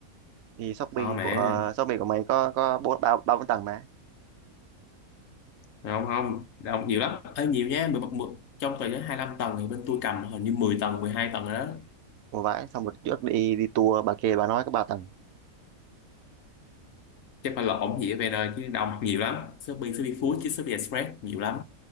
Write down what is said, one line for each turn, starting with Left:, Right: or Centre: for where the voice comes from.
Right: thì Shopee
Left: to mẹ
Right: của Shopee của mày có có bốn ba ba bốn tầng mà
Left: không không đông nhiều lắm ấy nhiều nha mười, mười, trong tòa nhà hai lăm tầng thì bên tôi cầm hình như 10 tầng 12 tầng rồi đó
Right: ủa vãi xong một trước đi đi tour bà kia bà nói cái ba tầng
Left: chắc phải lộn gì ở về đời chứ đông nhiều lắm Shopee Shopee Food chứ Shopee Express nhiều lắm